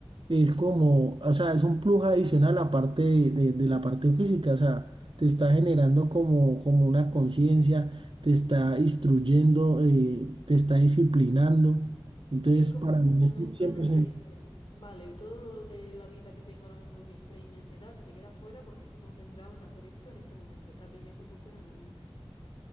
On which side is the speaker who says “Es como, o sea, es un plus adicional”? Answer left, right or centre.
Right